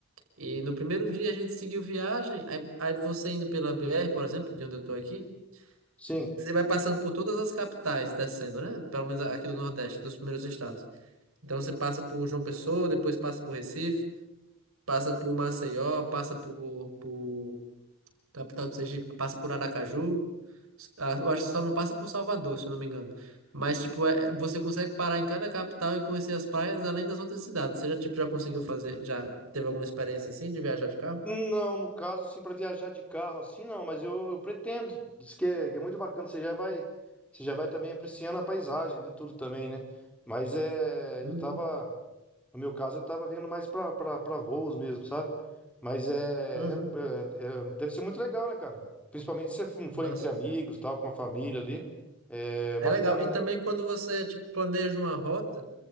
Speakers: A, on the right; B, in the centre.
A: e no primeiro dia a gente seguiu viagem, aí, aí você indo pela BR, por exemplo, de onde eu tô aqui,
B: Sim.
A: você vai passando por todas as capitais descendo, né? Pelo menos aqui do Nordeste, dos primeiros estados. Então você passa por João Pessoa, depois passa por Recife, passa por Maceió, passa por, por Capital do Sergipe passa por Aracaju. Ah, Eu acho que só não passa por Salvador, se eu não me engano. Mas, tipo, é- você consegue parar em cada capital e conhecer as praias além das outras cidades. Você já, tipo, já conseguiu fazer, já teve alguma experiência assim de viajar de carro?
B: Não, no caso, assim, para viajar de carro, assim, não, mas eu, eu pretendo. Diz que é, que é muito bacana, você já vai, você já vai também apreciando a paisagem ali, tudo também, né? Mas é,
A: Uhum.
B: eu tava, no meu caso, eu tava vindo mais pra, pra, pra voos mesmo, sabe? Mas é,
A: Uhum.
B: é, é- é- deve ser muito legal, né, cara? Principalmente se você for for
A: Nossa,
B: entre amigos, tal, com a família ali, é
A: é
B: bacana,
A: legal. E também
B: né?
A: quando você, tipo, planeja uma rota.